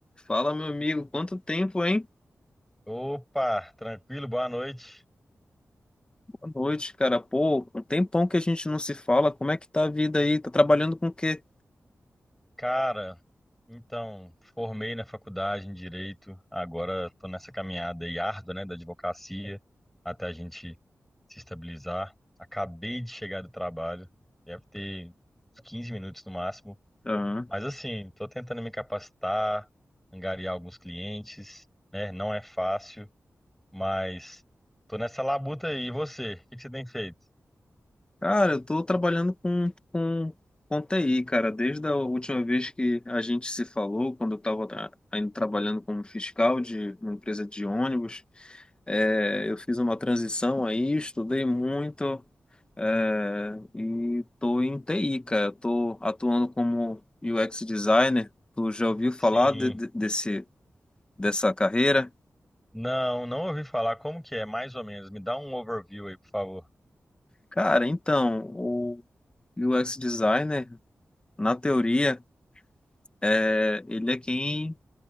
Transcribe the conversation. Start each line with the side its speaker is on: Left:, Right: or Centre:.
Left: Fala, meu amigo, quanto tempo, hein?
Centre: Opa, tranquilo, boa noite.
Left: Boa noite, cara. Pô, um tempão que a gente não se fala. Como é que tá a vida aí? Tá trabalhando com o quê?
Centre: Cara, então, formei na faculdade em Direito, agora tô nessa caminhada aí árdua, né, da advocacia, até a gente se estabilizar. Acabei de chegar do trabalho, deve ter uns 15 minutos no máximo,
Left: Aham.
Centre: mas assim, tô tentando me capacitar, angariar alguns clientes, né, não é fácil, mas tô nessa labuta aí. E você, o que que você tem feito?
Left: Cara, eu tô trabalhando com, com, com TI, cara. Desde a última vez que a gente se falou, quando eu estava ainda trabalhando como fiscal de uma empresa de ônibus, é, eu fiz uma transição aí, estudei muito, é, e tô em TI, cara. Tô atuando como UX designer. Tu já ouviu falar
Centre: Sim.
Left: de- de- desse, dessa carreira?
Centre: Não, não ouvi falar. Como que é? Mais ou menos. Me dá um overview aí, por favor.
Left: Cara, então, o UX designer, na teoria, é, ele é quem